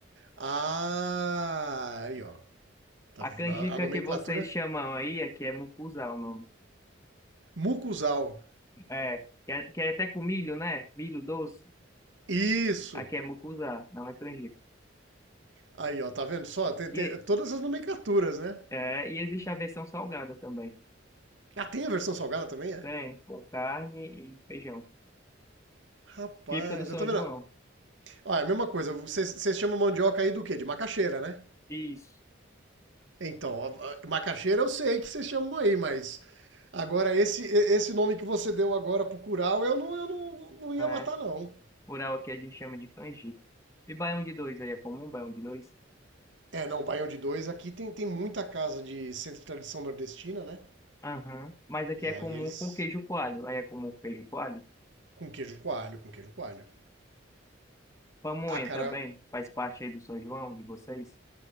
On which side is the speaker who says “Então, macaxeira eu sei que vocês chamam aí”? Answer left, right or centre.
Right